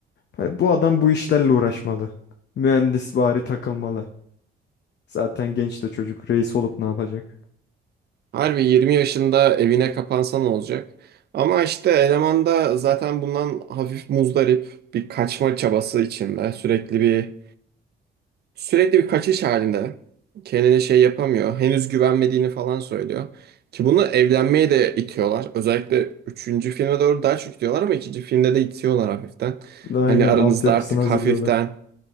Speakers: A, on the left (about 60°); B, on the right (about 55°).
A: Ha, Bu adam bu işlerle uğraşmalı. Mühendisvari takılmalı. Zaten genç de çocuk reis olup ne yapacak?
B: Harbi 20 yaşında evine kapansan olacak. Ama işte eleman da zaten bundan hafif muzdarip bir kaçma çabası içinde. Sürekli bir sürekli bir kaçış halinde. Kendine şey yapamıyor. Henüz güvenmediğini falan söylüyor. Ki bunu evlenmeye de itiyorlar. Özellikle üçüncü filme doğru daha çok itiyorlar ama ikinci filmde de itiyorlar hafiften.
A: Aynen
B: Hani aranızda
A: altyapısını
B: artık
A: hazırlıyorlar.
B: hafiften